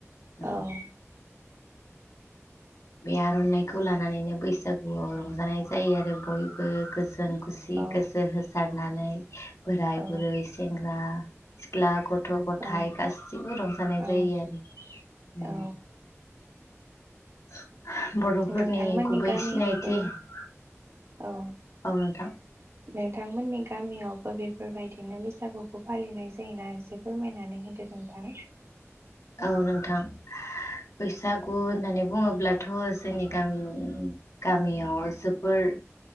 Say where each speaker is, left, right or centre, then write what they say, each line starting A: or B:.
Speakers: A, on the left; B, on the right.
A: ओं
B: औ
A: बे आर'नाइखौ लानानैनो बैसागुआव रंजानाय जायो आरो बयबो गोजोन खुसि
B: औ
A: गोसो होसार नानै बोराय
B: औ
A: बुरै सेंग्रा सिख्ला गथ गथ' गथाय
B: औ
A: गासिबो रंजानाय
B: औ
A: जायो आरो होम
B: औ
A: <inaudible> बर'फोरनि
B: नोंथांमोननि
A: गुबै
B: गामियावबो
A: सिनायथि औ
B: औ
A: औ नोंथां
B: नोंथांमोननि गामियाव हो बेफोरबायदिनो बैसागुखौ फालिनाय जायो होना एसे फोरमायनानै होदों नोंथां
A: औ नोंथां बैसागु होननानै बुङोब्लाथ' जोंनि गामिनि गामियाव जोब फोर